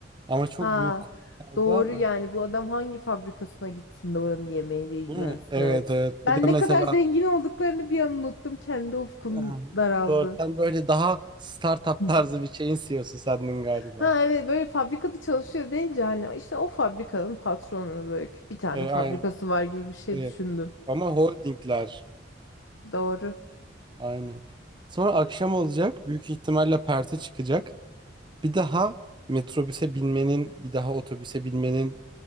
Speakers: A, on the right (about 25°); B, on the left (about 75°).
A: Ama çok
B: Ha
A: büyük kurumsalda
B: doğru yani bu adam hangi fabrikasına gitsin de oranın yemeğiyle ilgilensin
A: Değil mi? Evet
B: evet.
A: evet.
B: Ben
A: Bir de
B: ne
A: mesela
B: kadar zengin olduklarını bir an unuttum. Kendi ufkum
A: e,
B: daraldı.
A: doğru sen böyle daha startup
B: Hı.
A: tarzı bir şeyin CEO'su sendin galiba.
B: Ha evet böyle fabrikada çalışıyor deyince hani işte o fabrikanın patronunu böyle bir tane
A: E,
B: fabrikası
A: ay-
B: var gibi bir şey
A: evet.
B: düşündüm.
A: Ama holdingler.
B: Doğru.
A: Aynen. Sonra akşam olacak. Büyük ihtimalle perte çıkacak. Bir daha metrobüse binmenin, bir daha otobüse binmenin